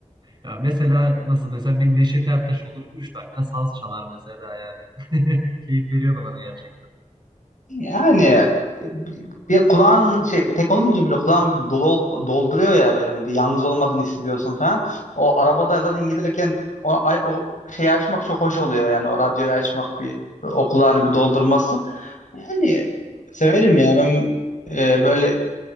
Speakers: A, on the right; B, on the left.
A: Ya mesela nasıl desem bir Neşet Ertaş olur üç dakika saz çalar mesela yani. <laughs> Keyif veriyor da bana gerçekten.
B: Yani e, bir kulağın şey tek olunca böyle kulağın bir dolu dolduruyor ya böyle hani bir yalnız olmadığını hissediyorsun falan. O arabada zaten giderken o, o şeyi açmak çok hoş oluyor yani o radyoyu açmak bir o kulağını bir doldurması. Yani severim ya ben e, böyle